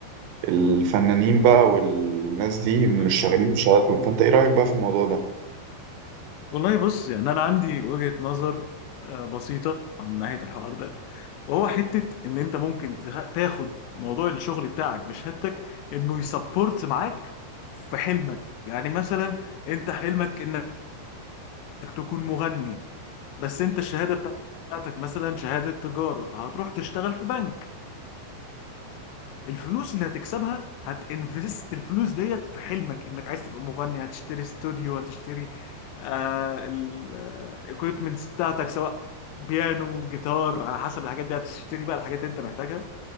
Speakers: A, on the right; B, on the left.
A: الفنانين بقى والناس دي مش
B: ايوه
A: شغالين
B: ايوه
A: بشهاداتهم فانت ايه رايك بقى في الموضوع ده
B: والله بص يعني انا عندي وجهة نظر آه، بسيطة عن ناحية الحوار ده وهو حتة ان انت ممكن تخ- تاخد موضوع الشغل بتاعك بشهادتك انه يسبورت معاك في حلمك يعني مثلا انت حلمك انك انك تكون مغني بس انت الشهاده بتاعتك مثلا شهاده تجاره فهتروح تشتغل في بنك الفلوس اللي هتكسبها هتنفست الفلوس ديت في حلمك انك عايز تبقى مغني هتشتري استوديو هتشتري آه الايكويبمنتس بتاعتك سواء بيانو جيتار على حسب الحاجات دي هتشتري بقى الحاجات اللي انت محتاجها